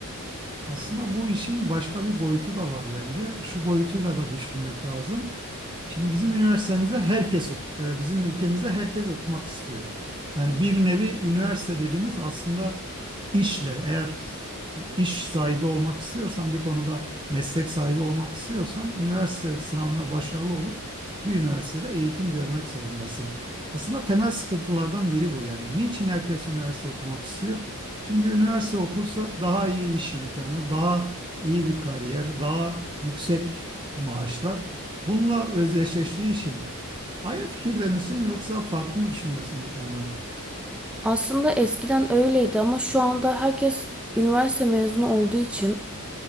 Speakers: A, on the right; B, in the centre.
A: Aslında bu işin başka bir boyutu da var bence. Şu boyutuyla da düşünmek lazım. Şimdi bizim üniversitemizde herkes ok e, bizim ülkemizde herkes okumak istiyor. Yani bir nevi üniversite dediğimiz aslında işle eğer iş sahibi olmak istiyorsan bir konuda meslek sahibi olmak istiyorsan üniversite sınavına başarılı olup bir üniversitede eğitim görmek zorundasın. Aslında temel sıkıntılardan biri bu yani. Niçin herkes üniversite okumak istiyor? Çünkü üniversite okursa daha iyi iş imkanı, daha iyi bir kariyer, daha yüksek maaşlar. Bununla özdeşleştiği için aynı fikirde misin yoksa farklı mı düşünüyorsun bu konuda?
B: Aslında eskiden öyleydi ama şu anda herkes üniversite mezunu olduğu için